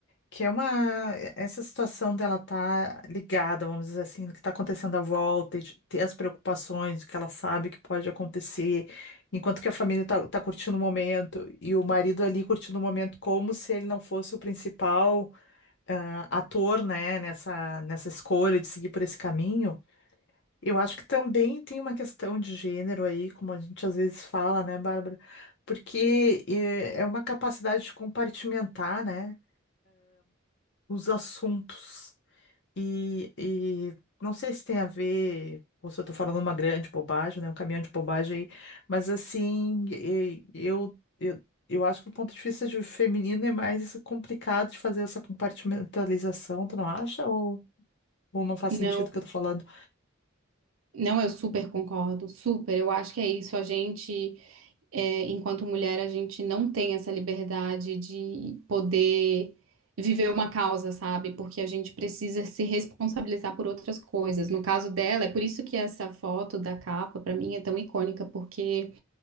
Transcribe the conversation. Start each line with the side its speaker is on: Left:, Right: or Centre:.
Left: que é uma, essa situação dela tá ligada, vamos dizer assim, no que está acontecendo à volta, e de ter as preocupações, o que ela sabe que pode acontecer, enquanto que a família tá, tá curtindo o momento e o marido ali curtindo o momento como se ele não fosse o principal. ah, ator, né, nessa, nessa escolha de seguir por esse caminho, eu acho que também tem uma questão de gênero aí, como a gente às vezes fala, né, Bárbara? Porque eh, é uma capacidade de compartimentar, né, os assuntos. E, e não sei se tem a ver, ou se eu tô falando uma grande bobagem, né, um caminhão de bobagem aí, mas assim, eh, eu, eu Eu acho que do ponto de vista de feminino é mais complicado de fazer essa compartimentalização, tu não acha? Ou ou não faz
Right: Não,
Left: sentido o que eu tô falando.
Right: não, eu super concordo, super. Eu acho que é isso. A gente, é, enquanto mulher, a gente não tem essa liberdade de poder viver uma causa, sabe? Porque a gente precisa se responsabilizar por outras coisas. No caso dela, é por isso que essa foto da capa, pra mim, é tão icônica, porque